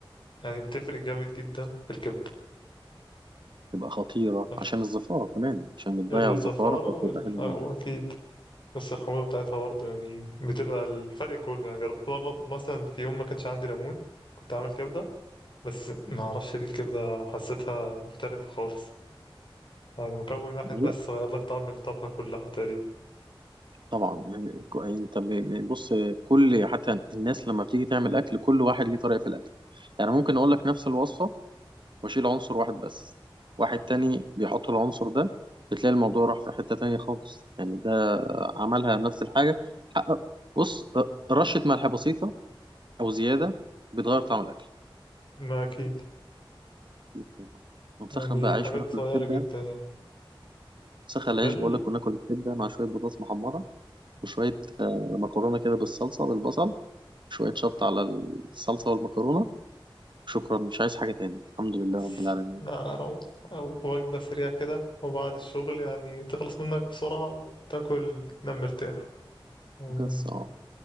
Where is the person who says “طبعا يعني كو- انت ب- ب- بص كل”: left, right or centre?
Right